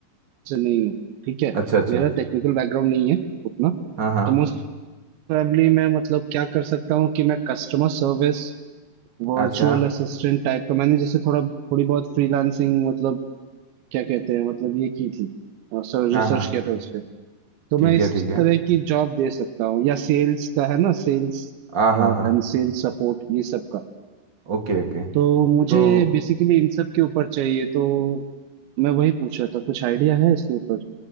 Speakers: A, on the right; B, on the right.
A: से नहीं हूँ ठीक है
B: अच्छा अच्छा
A: मेरा टेक्निकल बैकग्राउंड नहीं है उतना
B: हाँ हाँ
A: तो मोस्ट फैमिली में मतलब क्या कर सकता हूँ कि मैं customer service virtual
B: अच्छा
A: assistant type का मैंने जैसे थोड़ा थोड़ी बहुत फ्रीलांसिंग मतलब क्या कहते हैं मतलब ये की थी सर
B: हाँ
A: रिसर्च
B: हाँ
A: किया था उस पे तो
B: ठीक
A: मैं इस
B: है ठीक है
A: तरह की जॉब दे सकता हूँ या सेल्स का है ना सेल्स
B: हाँ
A: एंड
B: हाँ हाँ
A: सेल्स सपोर्ट ये सब का
B: Okay okay
A: तो मुझे
B: तो
A: बेसिकली इन सब के ऊपर चाहिए तो मैं वही पूछ रहा था कुछ आइडिया है इसके ऊपर